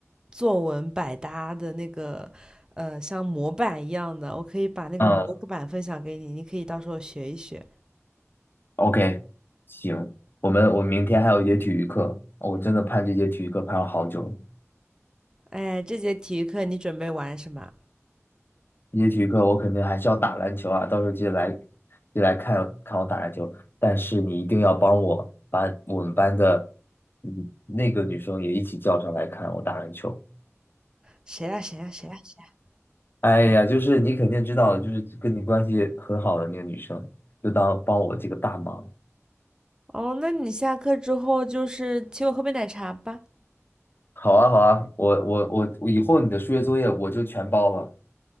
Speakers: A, on the right; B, on the left.
A: 作文百搭的那个呃，像模板一样的，我可以把那个模板分享给你，
B: 嗯
A: 你可以到时候学一学。
B: ，OK，行，我们我明天还有一节体育课，我真的盼这节体育课盼了好久了
A: 哎，这节体育课你准备玩什么？
B: 这节体育课我肯定还是要打篮球啊，到时候记得来记得来看看我打篮球，但是你一定要帮我把我们班的嗯那个女生也一起叫上来看我打篮球。
A: 谁呀、谁呀、谁呀、谁呀、
B: 哎呀，就是你肯定知道，就是跟你关系很好的那个女生，就当帮我这个大忙。
A: 哦，那你下课之后就是请我喝杯奶茶吧。
B: 好啊，好啊，我我我，以后你的数学作业我就全包了。